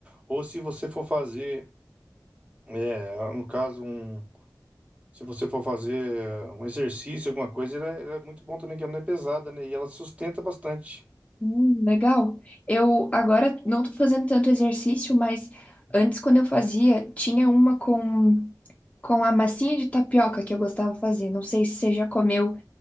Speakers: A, on the right; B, on the left.
A: Ou se você for fazer, é, no caso, um, se você for fazer é, um exercício, alguma coisa, ela, é ela é muito bom também, que ela não é pesada, né? E ela sustenta bastante.
B: Hum, legal. Eu agora não tô fazendo tanto exercício, mas antes, quando eu fazia, tinha uma com, com a massinha de tapioca que eu gostava de fazer. Não sei se você já comeu